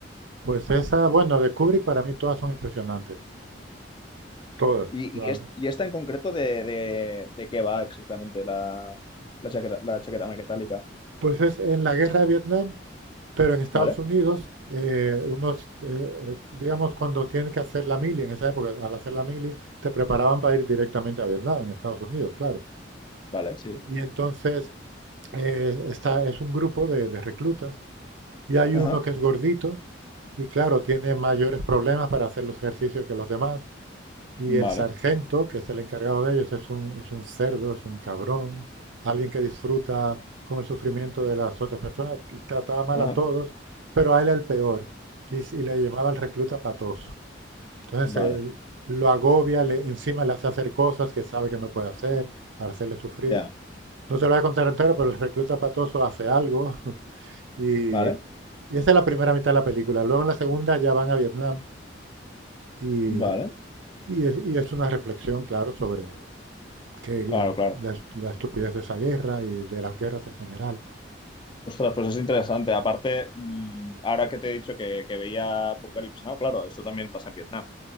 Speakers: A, on the right; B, on the left.
A: Pues esa, bueno, de Kubrick para mí todas son impresionantes. Todas.
B: Y,
A: La,
B: y, es- y esta en concreto de, de, de qué va exactamente la, la chaqueta, la chaqueta metálica.
A: Pues es en la guerra de Vietnam, pero en Estados
B: ¿Vale?
A: Unidos, eh, unos, eh, eh, digamos, cuando tienen que hacer la mili, en esa época, al hacer la mili, te preparaban para ir directamente a Vietnam, en Estados Unidos, claro.
B: Vale, sí.
A: Y entonces eh, está, es un grupo de, de reclutas y hay
B: Ajá.
A: uno que es gordito y claro, tiene mayores problemas para hacer los ejercicios que los demás. Y
B: Vale.
A: el sargento, que es el encargado de ellos, es un, es un cerdo, es un cabrón, alguien que disfruta con el sufrimiento de las otras personas, trataba mal
B: Ajá.
A: a todos, pero a él era el peor, y, y le llamaba el recluta patoso. Entonces
B: Vale.
A: él lo agobia, le, encima le hace hacer cosas que sabe que no puede hacer para hacerle sufrir.
B: Ya.
A: No te lo voy a contar entero, pero el recluta patoso hace algo <laughs> y,
B: Vale.
A: y esa es la primera mitad de la película. Luego en la segunda ya van a Vietnam y,
B: Vale.
A: y es, y es una reflexión, claro, sobre que
B: Claro, claro.
A: la, es- la estupidez de esa guerra y de las guerras en general.
B: Ostras, pues es interesante. Aparte, mm, ahora que te he dicho que, que veía Apocalypse Now, claro, esto también pasa en Vietnam.